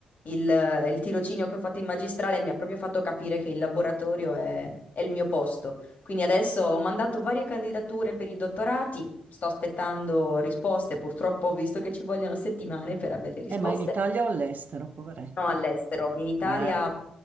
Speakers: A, on the left (about 50°); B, on the right (about 50°).
A: Il, il tirocinio che ho fatto in magistrale mi ha proprio fatto capire che il laboratorio è, è il mio posto. Quindi adesso ho mandato varie candidature per i dottorati, sto aspettando risposte, purtroppo ho visto che ci vogliono settimane per avere risposte.
B: Eh, ma in Italia o all'estero, poveretta?
A: No, all'estero, in Italia
B: Eh,